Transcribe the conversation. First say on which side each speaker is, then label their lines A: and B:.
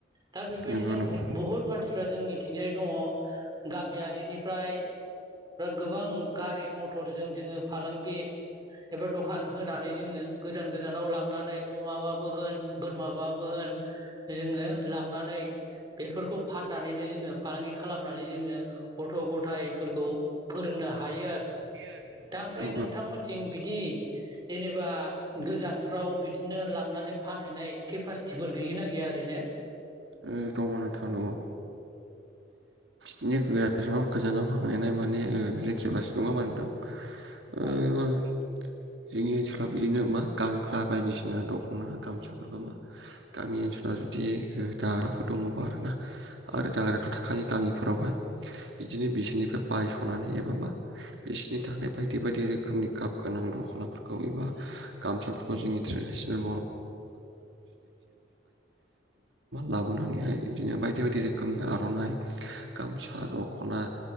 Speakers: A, on the right; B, on the right.
A: दा बेबायदिनो
B: नंगौ नंगौ
A: बु- बुहुत मानसिफ्रा जोंनि थिंजाय दङ गामियारिनिफ्राय गोबां गारि मथरजों जोङो फालांगि एबा दखान होनानै जोङो गोजान गोजानाव लांनानै अमाबाबो होन बोरमाबाबो होन जों ङो लांनानै बेफोरखौ फाननानैनो जोङो फालांगि खालामनानै जोङो गथ' गथायाइफोरखौ फोरोंनो हायो आरो।
B: आरो
A: दा ओमफ्राय
B: औ
A: नोंथांमोनथिं बिदि जेनेबा गोजानफ्राव बिदिनो लांनानै फानहैनाय केपासिटिफोर गैयोना गैया? ओरैनो
B: ओ दङ नोंथां दङ। बिदिनो <unintelligible> गोजानाव फांहैनाय माने ओ बिदिनो केपासिटि नङा होनबा नोथां
A: ओं
B: <unintelligible> बिदिनो मा गानग्रा बायदिसिना दख'ना गामसाफोरखौ मा गामि ओनसोलाव जुदि जाग्राफोर दङबा आरोना आरो जाग्रायाथ' थाखायो गामि फोरावहाय बिदिनो बिसोरनिफ्राय बायस'नानै एबा मा बिसिनि थानाय बायदि बायदि रोखोमनि गाब गोनां दख'नाफोरखौ एबा गामसाफोरखौ जोंनि ट्रेडिसनेल लाबोनानैहाय बिदिनो बायदि बायदि रोखोमनि आर'नाइ गामसा दख'ना